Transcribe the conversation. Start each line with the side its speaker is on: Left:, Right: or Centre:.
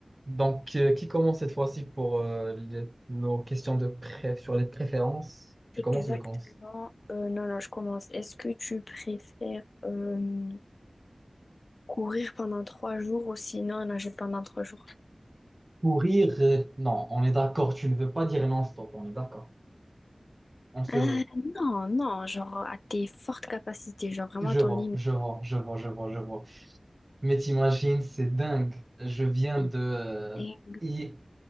Right: Donc, euh, qui commence cette fois-ci pour euh, les- nos questions de pré- sur les préférences? Tu
Left: Exactement.
Right: commences ou je commence?
Left: Euh, non, non, je commence. Est-ce que tu préfères euh, courir pendant trois jours ou sinon nager pendant trois jours?
Right: Courir, euh, non, on est d'accord, tu ne veux pas dire non-stop, on est d'accord. On se...
Left: Euh, non, non, genre à tes fortes capacités, genre vraiment
Right: Je
Left: à ton
Right: vois,
Left: limite.
Right: je vois, je vois, je vois, je vois. Mais t'imagines, c'est dingue. Je viens
Left: Et-
Right: de... euh,
Left: et-
Right: hi-